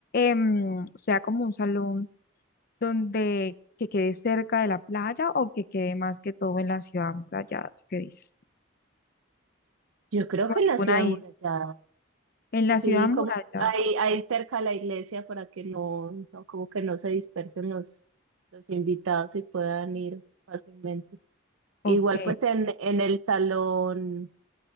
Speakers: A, on the left (about 45°); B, on the right (about 85°).
A: em, sea como un salón donde que quede cerca de la playa o que quede más que todo en la ciudad amurallada? ¿Tú ¿Qué dices?
B: Yo creo
A: Como
B: que en
A: tipo
B: la ciudad
A: una isla.
B: amurallada,
A: En la ciudad
B: sí,
A: amurallada.
B: como ahí, ahí cerca a la iglesia para que no, no, como que no se dispersen los, los invitados y puedan ir fácilmente.
A: Ok,
B: Igual pues en, en el salón,